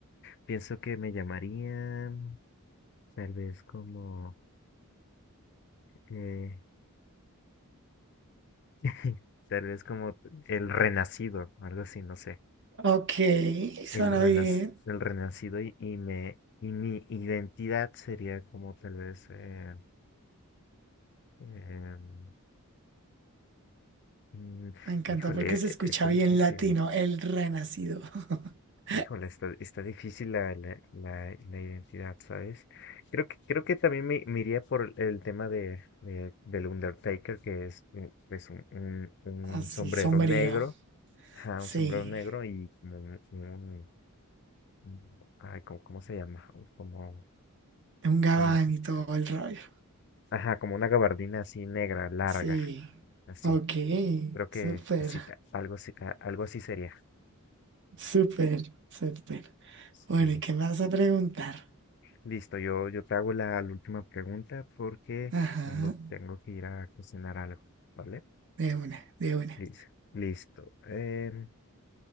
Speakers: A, on the left; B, on the right.
A: Pienso que me llamaría tal vez como... eh, <laughs> tal vez como el renacido, algo así, no sé.
B: Ok, suena
A: el, renac-
B: bien.
A: el renacido y, y me y mi identidad sería como tal vez eh, em, mm,
B: Me encanta
A: híjole
B: porque
A: e-
B: se escucha
A: está
B: bien
A: difícil
B: latino, el renacido. <laughs>
A: híjole está, está difícil la, la, la, la identidad ¿sabes? creo que creo que también me, me iría por el tema de, de del Undertaker que es un- es un, un, un
B: Así,
A: sombrero
B: sombrío.
A: negro ajá,
B: Sí,
A: un sombrero negro y como un, un- un- ay, ¿cómo, cómo se llama? como
B: un gabán
A: un,
B: y todo el rollo.
A: Ajá, como una gabardina así negra, larga,
B: Sí.
A: así.
B: Ok,
A: Creo que
B: súper,
A: sí, a- algo, así- a- algo así sería.
B: súper, súper.
A: Sí.
B: Bueno, ¿y qué me vas a preguntar?
A: Listo, yo, yo te hago la, la última pregunta porque
B: Ajá,
A: tengo, tengo que ir a cocinar algo, ¿vale?
B: de una, de una.
A: Listo. Listo. Em,